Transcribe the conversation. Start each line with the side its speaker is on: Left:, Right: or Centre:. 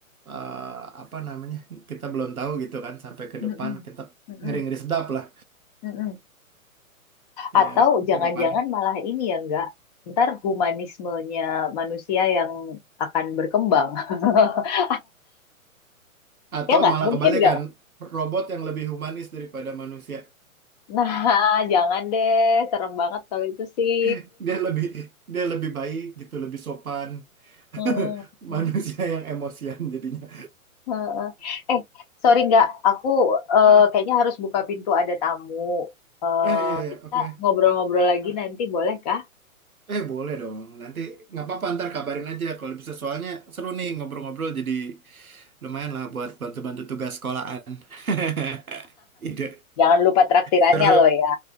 Right: eh, apa namanya? Kita belum tahu gitu kan sampai ke
Left: Mm-mm.
Right: depan kita
Left: Mm-mm.
Right: ngeri-ngeri sedap lah
Left: Mm-mm.
Right: ya
Left: Atau jangan-jangan
Right: ke depannya.
Left: malah ini ya enggak, ntar humanismenya manusia yang akan berkembang. <laughs>
Right: Atau
Left: Ya nggak?
Right: malah
Left: Mungkin
Right: kebalikan,
Left: nggak?
Right: robot yang lebih humanis daripada manusia.
Left: Nah, <laughs> jangan deh, serem banget kalau itu sih.
Right: <laughs> Dia lebih dia lebih baik gitu, lebih sopan. <laughs>
Left: Hmm. hmm.
Right: Manusia yang emosian jadinya.
Left: Heeh. Eh, sorry nggak, aku eh,
Right: Ah,
Left: kayaknya harus buka pintu ada tamu. Eh,
Right: eh iya iya
Left: kita
Right: oke.
Left: ngobrol-ngobrol lagi
Right: Ah,
Left: nanti boleh kah?
Right: eh boleh dong. Nanti nggak apa-apa ntar kabarin aja kalau bisa soalnya seru nih ngobrol-ngobrol jadi lumayan lah buat bantu-bantu tugas sekolahan. <laughs> Ide
Left: Jangan lupa traktirannya
Right: seru.
Left: loh ya.